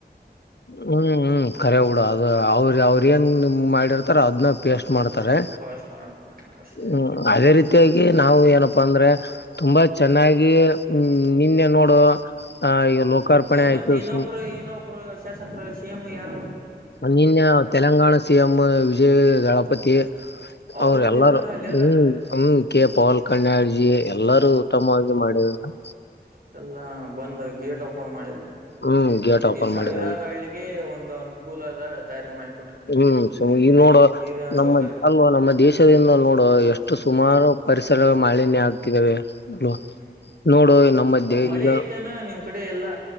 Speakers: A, on the left; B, on the right.
A: ಹ್ಮ್ ಹ್ಮ್ ಖರೆ ಬುಡ ಅದ ಅವ್ರ ಅವ್ರ ಏನ್ ನಿಮ ಮಾಡಿರ್ತಾರ ಅದ್ನ್ನ ಪೇಸ್ಟ್ ಮಾಡ್ತಾರೆ.
B: ಫಾಸ್ಟ್ ಮಾಡ್ತ ಅಷ್ಟೇ
A: ಹ್ಮ್ ಅದೇ ರೀತಿಯಾಗಿ ನಾವು ಏನಪ್ಪಾ ಅಂದ್ರೆ, ತುಂಬಾ ಚೆನ್ನಾಗಿ ಹ್ಮ್ ನಿನ್ನೆ ನೋಡು, ಆ ಈಗ ಲೋಕಾರ್ಪಣೆ ಆಯ್ತು
B: ಮತ್ತೆ ಇನ್ನೊಬ್ರು
A: ಸು
B: ಇನ್ನೊಬ್ರು ಶಾಸಕರು ಸಿಎಂ ಯಾರ
A: ನಿನ್ಯ ತೆಲಂಗಾಣ ಸಿಎಂ ವಿಜಯ್ ದಳಪತಿ
B: ಅವರು
A: ಅವ್ರ
B: ಬಂದಿದ್ರನ
A: ಎಲ್ಲಾರೂ
B: ಅಲ್ಲಿ ಎಲ್ಲ
A: ಹ್ಮ್ ಹ್ಮ್ ಕೆ ಪವಲ್
B: ಹ್ಮ್
A: ಕನ್ಡ್ಜಿ ಎಲ್ಲಾರೂ ಉತ್ತಮವಾಗಿ ಮಾಡಿದರ ಹ
B: ಎಲ್ಲ ಬಂದು ಗೇಟ್ ಓಪನ್ ಮಾಡಿದ್ದಾರೆ
A: ಹ್ಮ್ ಗೇಟ್ ಓಪನ್
B: ಈ ಸಾವಿರಾರು
A: ಮಾಡಿದವು
B: ಹಳ್ಳಿಗೆ ಒಂದು ಅನುಕೂಲದ ದಾರಿ ಮಾಡಿಕೊಟ್ರ
A: ಹ್ಮ್ ಸ ಈ ನೋಡೋ
B: ನೀರಿನ
A: ನಮ್ಮ
B: ಸೌಕರ್ಯ
A: ಅ ನಮ್ಮ ದೇಶದಿಂದ ನೋಡುವ ಎಷ್ಟು ಸುಮಾರು ಪರಿಸರಗಳು ಮಾಲಿನ್ಯ ಆಗ್ತಿದಾವೆ ಬ್ರೊ
B: ಹ್ಮ್
A: ನೋಡು ನ ಮಧ್ಯೆ
B: ಮಳೆ
A: ಈಗ
B: ಐತೆನ ನಿಮ್ ಕಡೆ ಎಲ್ಲಾ